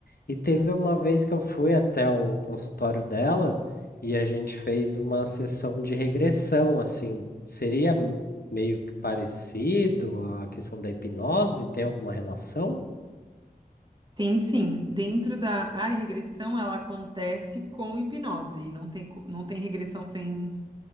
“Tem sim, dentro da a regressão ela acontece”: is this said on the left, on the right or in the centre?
Right